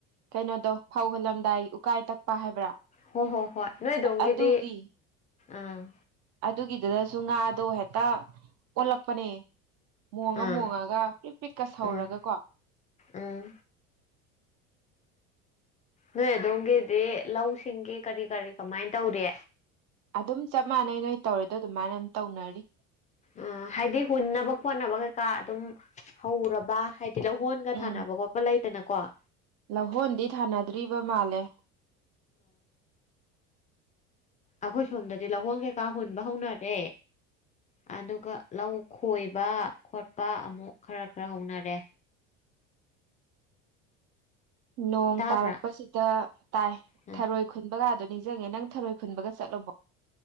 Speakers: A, on the right; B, on the left.
A: ꯀꯩꯅꯣꯗꯣ ꯐꯧ ꯍꯜꯂꯝꯗꯥꯏ ꯎꯀꯥꯏ ꯇꯛꯄ ꯍꯥꯏꯕ꯭ꯔꯥ
B: ꯍꯣ ꯍꯣ ꯍꯣꯏ ꯅꯣꯏ ꯗꯣꯝꯒꯤꯗꯤ
A: ꯑꯗꯨꯒꯤ
B: ꯎꯝ
A: ꯑꯗꯨꯒꯤꯗꯨꯗꯁꯨ ꯉꯥꯗꯣ ꯍꯦꯛꯇ ꯑꯣꯜꯂꯛꯄꯅꯦ ꯃꯣꯡꯉ
B: ꯑꯥ
A: ꯃꯣꯡꯉꯒ ꯄꯤꯛ ꯄꯤꯛꯀ ꯁꯧꯔꯒꯀꯣ
B: ꯎꯝ
A: <inaudible>
B: ꯎꯝ ꯅꯣꯏ ꯑꯗꯣꯝꯒꯤꯗꯤ ꯂꯧꯁꯤꯡꯒꯤ ꯀꯔꯤ ꯀꯔꯤ ꯀꯃꯥꯏꯟ ꯇꯧꯔꯤ
A: ꯑꯗꯨꯝ ꯆꯞ ꯃꯥꯟꯅꯩ ꯅꯣꯏ ꯇꯧꯔꯤꯗꯣ ꯑꯗꯨꯃꯥꯏꯅ ꯗꯨꯝ ꯇꯧꯅꯔꯤ
B: ꯑ ꯍꯥꯏꯗꯤ ꯍꯨꯟꯅꯕ ꯈꯣꯠꯅꯕ ꯀꯩꯀꯥ ꯑꯗꯨꯝ ꯍꯧꯔꯕ ꯍꯥꯏ ꯂꯧꯍꯣꯟꯒ
A: ꯎꯝ
B: ꯊꯥꯅꯕ ꯈꯣꯠꯄ ꯂꯩꯗꯅꯀꯣ ꯑꯥ
A: ꯂꯧꯍꯣꯟꯗꯤ ꯊꯥꯅꯗ꯭ꯔꯤꯕ ꯃꯥꯜꯂꯦ
B: ꯑꯈꯣꯏ ꯁꯣꯝꯗꯗꯤ ꯂꯧꯍꯣꯟ ꯀꯩꯀꯥ ꯍꯨꯟꯕ ꯍꯧꯅꯔꯦ ꯑꯗꯨꯒ ꯂꯧ ꯈꯣꯏꯕ ꯈꯣꯠꯄ ꯑꯃꯨꯛ ꯈꯔ ꯈꯔ ꯍꯧꯅꯔꯦ
A: ꯅꯣꯡ
B: ꯇꯥꯕ꯭ꯔꯥ
A: ꯇꯥꯔꯛꯄꯁꯤꯗ ꯇꯥꯏ
B: ꯎꯝ
A: ꯊꯔꯣꯏ ꯈꯨꯟꯕꯒꯥꯗꯣ ꯅꯤꯡꯖꯪꯉꯦ ꯅꯪ ꯊꯔꯣꯏ ꯈꯨꯟꯕꯒ ꯆꯠꯂꯕꯣ